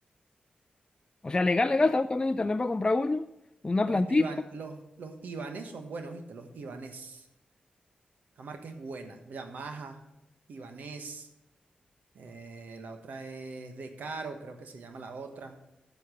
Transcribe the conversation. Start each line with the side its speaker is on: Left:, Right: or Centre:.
Left: O sea, legal, legal,
Right: Coño,
Left: estaba buscando en internet para comprar uno, una
Right: Los
Left: plantita.
Right: Ivan, los, los Ibanés son buenos, ¿viste? Los Ibanés. La marca es buena. Ya Maja, Ibanés. eh, la otra es De Caro, creo que se llama la otra.